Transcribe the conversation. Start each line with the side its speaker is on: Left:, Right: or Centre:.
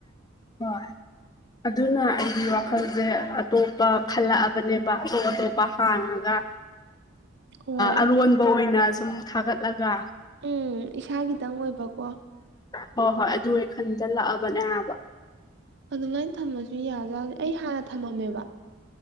Left: ꯍꯣꯏ ꯑꯗꯨꯅ ꯑꯩꯗꯤ ꯋꯥꯈꯜꯁꯦ ꯑꯇꯣꯞꯄ ꯈꯜꯂꯛꯑꯕꯅꯦꯕ ꯑꯇꯣꯞ ꯑꯇꯣꯞꯄ ꯍꯥꯡꯉꯒ
Right: <inaudible> ꯍꯣꯏ
Left: ꯑꯔꯣꯟꯕ ꯑꯣꯏꯅ ꯁꯨꯝ ꯊꯥꯒꯠꯂꯒ
Right: ꯎꯝ ꯏꯁꯥꯒꯤꯗꯪ ꯑꯣꯏꯕꯀꯣ
Left: ꯍꯣꯏ ꯍꯣꯏ ꯑꯗꯨ ꯈꯟꯖꯟ ꯂꯥꯛꯑꯕꯅꯦ ꯍꯥꯏꯕ
Right: ꯑꯗꯨꯃꯥꯏꯅ ꯊꯝꯃꯁꯨ ꯌꯥꯖꯠꯅꯤ ꯑꯩ ꯍꯥꯟꯅ ꯊꯝꯃꯝꯃꯦꯕ